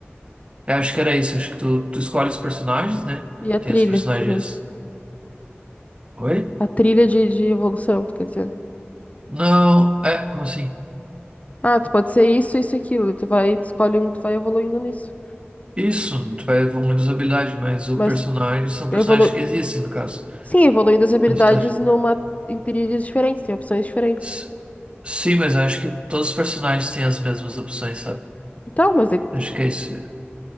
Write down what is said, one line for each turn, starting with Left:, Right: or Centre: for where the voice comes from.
Right: Eu acho que era isso, acho que tu, tu escolhe os personagens, né?
Left: E a trilha,
Right: Tem os personagens.
Left: digamos.
Right: Oi?
Left: A trilha de, de evolução, tu quer dizer.
Right: Não, é, como assim?
Left: Ah, tu pode ser isso, isso e aquilo. E tu vai, tu escolhe um, tu vai evoluindo nisso.
Right: Isso, tu vai evoluindo as habilidades, mas o
Left: Mas
Right: personagem são personagens
Left: evolu...
Right: que existem, no caso.
Left: Sim, evoluindo as habilidades
Right: Na história.
Left: numa... em trilhas diferentes, tem opções diferentes.
Right: S- Sim, mas eu acho que todos os personagens têm as mesmas opções, sabe?
Left: Então, mas daí
Right: Acho que é isso.